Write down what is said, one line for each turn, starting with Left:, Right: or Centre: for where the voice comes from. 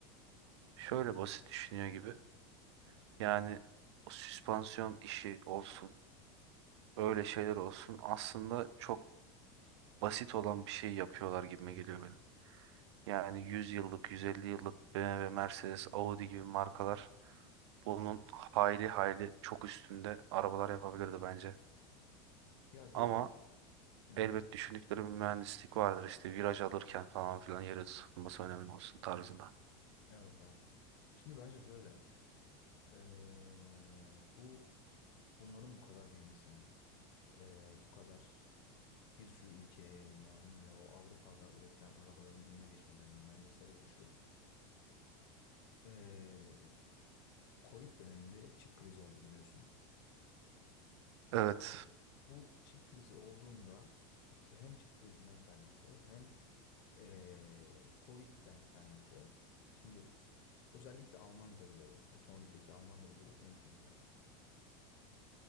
Right: Şöyle basit düşünüyor gibi. Yani o süspansiyon işi olsun, öyle şeyler olsun aslında çok basit olan bir şey yapıyorlar gibime geliyor benim. Yani 100 yıllık, 150 yıllık BMW, Mercedes, Audi gibi markalar bunun hayli hayli çok üstünde arabalar yapabilirdi bence.
Left: Ya şöyle.
Right: Ama
Left: Hı.
Right: elbet düşündükleri bir mühendislik vardır işte viraj alırken falan filan yere tutulması önemli olsun tarzında.
Left: Evet abi. Şimdi bence şöyle. Ee, bu bunların bu kadar büyümesinin, ee, bu kadar bir sürü ülkeye yayılmalarının ve o Avrupa'da üretilen arabaların önüne geçmelerinin bence sebebi şu. Ee, Covid döneminde çip krizi oldu biliyorsun.
Right: Evet,
Left: Bu çip krizi olduğunda he- hem çip krizinden kaynaklı hem ee, Covid'den kaynaklı. Şimdi özellikle Alman devleri, otomobildeki Alman devleri şunu düşündüler.